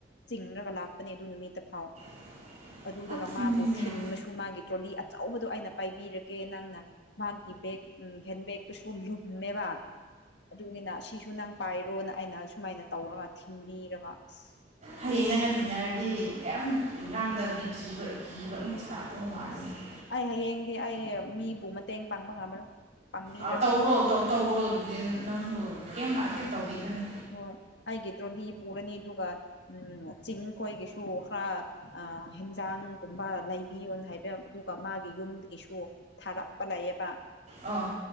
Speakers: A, on the left; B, on the right.
A: ꯆꯤꯡꯔꯒ ꯂꯥꯛꯄꯅꯦ ꯑꯗꯨ ꯅꯨꯃꯤꯠꯇ ꯐꯥꯎ
B: <inaudible>
A: ꯑꯗꯨꯗꯨꯒ
B: ꯐꯨꯅꯤꯡꯉꯦ
A: ꯃꯥꯕꯨ ꯊꯤꯟꯕꯁꯨ ꯃꯥꯒꯤ ꯇ꯭ꯔꯣꯂꯤ ꯑꯆꯧꯕꯗꯣ ꯑꯩꯅ ꯄꯥꯏꯕꯤꯔꯒꯦ ꯅꯪꯅ ꯃꯥꯒꯤ ꯕꯦꯛ ꯍꯦꯟꯕꯦꯛꯇꯨꯁꯨ ꯃꯕ ꯑꯗꯨꯅꯤꯅ ꯁꯤꯁꯨ ꯅꯪ ꯄꯥꯏꯔꯣꯅ ꯑꯩꯅ ꯁꯨꯃꯥꯏꯅ ꯇꯧꯔꯒ ꯊꯤꯟꯕꯤꯒ ꯑꯁ
B: ꯍꯌꯦꯡ ꯅꯪꯒ ꯊꯦꯡꯅꯔꯗꯤ ꯀꯩꯝ ꯏ ꯉꯥꯡꯗ ꯕꯤ ꯀꯕ ꯏꯕ ꯑꯃꯨꯀ ꯁꯥꯔꯛꯇꯧ ꯋꯥꯠꯂꯤꯁꯦ
A: ꯑꯩ ꯍꯌꯦꯡꯗꯤ ꯑꯩ ꯃꯤꯕꯨ ꯃꯇꯦꯡ ꯄꯥꯡꯕ ꯉꯝꯃꯔꯣꯏ ꯄꯥꯡꯕꯤꯔꯔꯣꯏ
B: ꯑ ꯇꯧꯔꯣꯧ ꯇꯧꯔꯣ ꯑꯗꯨꯗꯤ ꯅ ꯅꯪꯁꯨ ꯀꯩꯝ ꯀꯩꯝ ꯇꯧꯕꯤꯈꯅꯨ
A: ꯍꯣꯏ ꯑꯩꯒꯤ ꯇ꯭ꯔꯣꯂꯤ ꯄꯨꯔꯅꯤ ꯑꯗꯨꯒ ꯎ ꯆꯤꯡ ꯈꯣꯏꯒꯤꯁꯨ ꯈꯔ ꯍꯤꯟꯖꯥꯡꯒꯨꯝꯕ ꯂꯩ ꯄꯕꯤꯌꯣꯅ ꯍꯥꯏꯕ ꯑꯗꯨꯒ ꯃꯥꯒꯤ ꯌꯨꯝꯗꯒꯤꯁꯨ ꯊꯥꯔꯛꯄ ꯂꯩꯑꯦꯕ
B: ꯑꯥ